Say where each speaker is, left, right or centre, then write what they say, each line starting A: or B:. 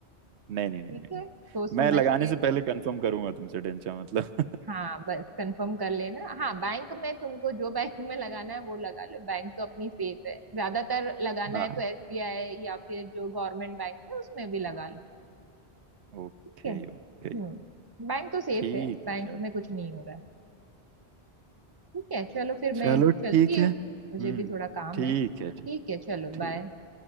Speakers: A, on the right; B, on the right.
A: नहीं नहीं नहीं
B: ठीक
A: नहीं
B: है सोच समझ
A: मैं लगाने
B: के
A: से पहले कंफर्म करूंगा तुमसे टेंशन मतलब
B: हाँ बस कंफर्म कर लेना हाँ बैंक में तुमको जो बैंक में लगाना है वो लगा लो बैंक तो अपनी सेफ है ज्यादातर लगाना
A: <laughs> हाँ
B: है तो एसबीआई या फिर जो गवर्नमेंट बैंक है उसमें भी लगा लो
A: Okay
B: ठीक है हम्म
A: okay
B: बैंक तो सेफ
A: ठीक
B: है बैंक
A: है चल
B: में कुछ नहीं हो रहा है ठीक है चलो फिर
A: चलो
B: मैं
A: ठीक
B: चलती
A: है
B: हूँ
A: हम्म
B: मुझे भी थोड़ा काम
A: ठीक
B: है ठीक
A: है ठीक
B: है चलो
A: ठीक
B: बाय